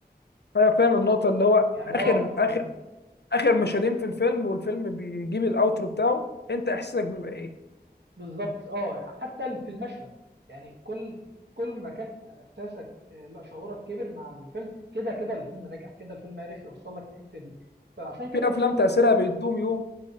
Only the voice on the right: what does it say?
يعني
هو لما
بالظبط اه حتى في المشهد يعني كل كل ما كان احساسك آه، لا شعورك كبر مع الفيلم كده كده الفيلم نجح كده الفيلم عرف يوصل لك الحته دي فعشان كده
تشاندلر
ليست